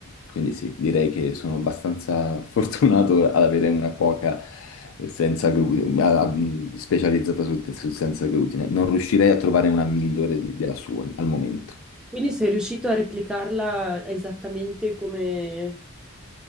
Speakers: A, on the left; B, in the centre.
A: quindi sì, direi che sono abbastanza <laughs> fortunato ad avere una cuoca senza glutine, a- a- specializzata sul, sul senza glutine. Non riuscirei a trovare una migliore di- della sua al momento.
B: Quindi sei riuscito a replicarla esattamente come,